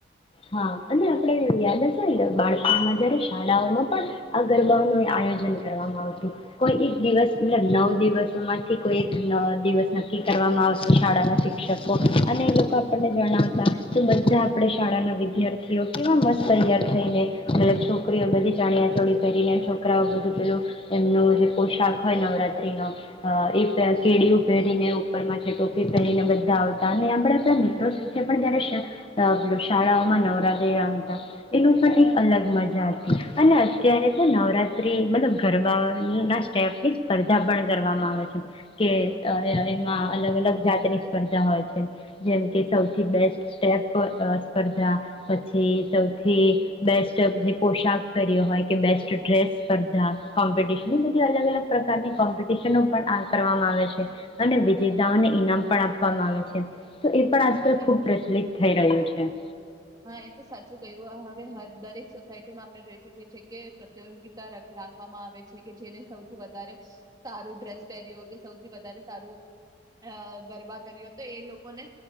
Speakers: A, on the left; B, on the right.
A: હા અને આપડે યાદ હશે ને બાળપણમાં જયારે શાળાઓમાં પણ આ ગરબાઓનો આયોજન કરવામાં આવતું. કોઈ એક દિવસ મતલબ નવ દિવસો માંથી કોઈ એક અહ દિવસ નક્કી કરવામાં આવતો શાળાના શિક્ષકો અને એ લોકો આપણને ગણાવતા તો બધા આપણે શાળાના વિદ્યાર્થીઓ કેવા મસ્ત તૈયાર થઈને એટલે છોકરીઓ બધી ચાણિયાચોળી પેરીને છોકરાઓ બધું પેલું એમનું જે પોશાક હોય નવરાત્રીનો હા એ પેર કેડિયું પહેરીને ઉપર માંથે ટોપી પહેરીને બધા આવતા અને આમ આપડા મિત્રો સાથે પણ જયારે શ અહ શાળા માં નવરાત્રી રમતા એનું સાથ એક અલગ મજા હતી. અને અત્યારે તો નવરાત્રી મતલબ ગરબાના સ્ટેપની સ્પર્ધા પણ કરવામાં આવે છે. કે અ એમાં અલગ અલગ જાતની સ્પર્ધા હોય છે. જેમ કે સૌથી બેસ્ટ અહ સ્પ ધા પછી તો થી બેસ્ટ જે પોશાક કર્યો હોય કે બેસ્ટ ડ્રેસ સ્પર્ધા કોમ્પિટશન એ બધી અલગ અલગ પ્રકારની કોમ્પિટિશનો પણ આ કરવામાં આવે છે. અને વિજેતાઓને ઈનામ પણ આપવામાં આવે છે. તો એ પણ આજકાલ
B: હા
A: ખુબ
B: એ તો
A: પ્રચલિત થઈ રહ્યું છે.
B: હા એ તો સાચું કયું હ-હવે હર દરેક સોસાયટી માં આપને જોઈ શકીએ છે કે પ્રતિયોગિતા રખ- રાખવા માં આવે છે કે જેને સૌથી વધારે સારું ડ્રેસ પહેર્યો કે સૌથી વધારે સારું અહ ગરબા કર્યો તો એ લોકોને